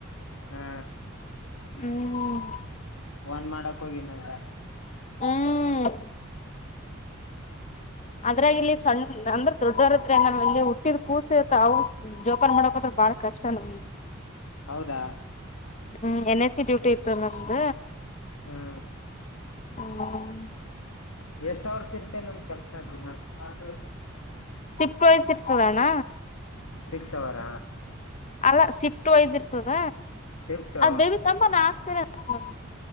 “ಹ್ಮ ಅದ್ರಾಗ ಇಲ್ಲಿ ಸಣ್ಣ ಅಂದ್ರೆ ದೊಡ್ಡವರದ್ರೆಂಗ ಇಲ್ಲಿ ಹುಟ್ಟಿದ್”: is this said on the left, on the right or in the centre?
Left